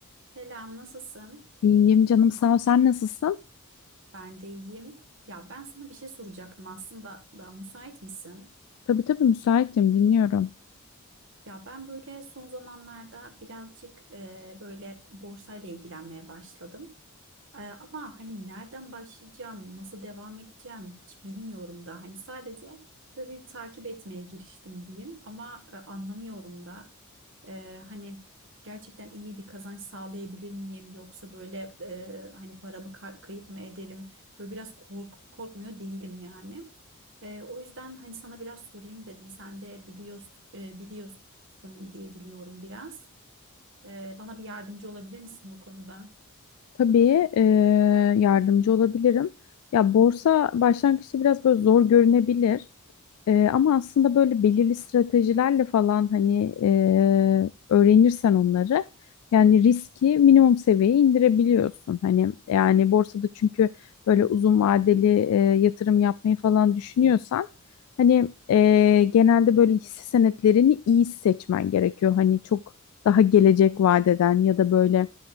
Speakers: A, on the right; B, on the left.
A: Selam, nasılsın?
B: İyiyim canım sağ ol. Sen nasılsın?
A: Ben de iyiyim. Ya ben sana bir şey soracaktım aslında da müsait misin?
B: Tabii tabii müsaitim dinliyorum.
A: Ya ben böyle son zamanlarda birazcık e, böyle borsayla ilgilenmeye başladım. E, ama hani nereden başlayacağım, nasıl devam edeceğim hiç bilmiyorum da. Hani sadece böyle bir takip etmeye giriştim diyeyim ama e, anlamıyorum da. Ee, hani gerçekten iyi bir kazanç sağlayabilir miyim yoksa böyle e, hani paramı ka- kayıp mı ederim? Böyle biraz kork korkmuyor değilim yani. Ee, o yüzden hani sana biraz sorayım dedim. Sen de biliyorsun, biliyorsun diye biliyorum biraz. Ee, bana bir yardımcı olabilir misin bu konuda?
B: Tabii e, yardımcı olabilirim. Ya borsa başlangıçta biraz böyle zor görünebilir. Ee, ama aslında böyle belirli stratejilerle falan hani e, öğrenirsen onları yani riski minimum seviyeye indirebiliyorsun. Hani yani borsada çünkü böyle uzun vadeli e, yatırım yapmayı falan düşünüyorsan hani e, genelde böyle hisse senetlerini iyi seçmen gerekiyor. Hani çok daha gelecek vadeden ya da böyle